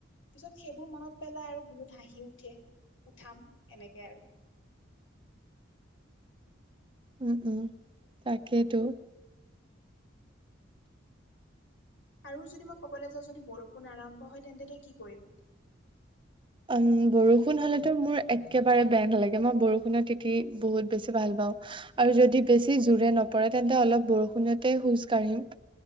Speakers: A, on the left; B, on the right.
A: পিছত সেইবোৰ মনত পেলাই আৰু বহুত হাঁহি উঠে, উঠাম এনেকে আৰু।
B: উম', উম', তাকেইতো।
A: আৰু যদি মই ক'বলৈ যাওঁ যদি বৰষুণ আৰম্ভ হয়, তেন্তে তই কি কৰিবি?
B: উম' বৰষুণ হলেতো মোৰ একেবাৰে বেয়া নালাগে, মই বৰষুণত তিতি বহুত বেছি ভাল পাওঁ। আৰু যদি বেছি জোৰে নপৰে, তেন্তে অলপ বৰষুণতে খোজ কাঢ়িম।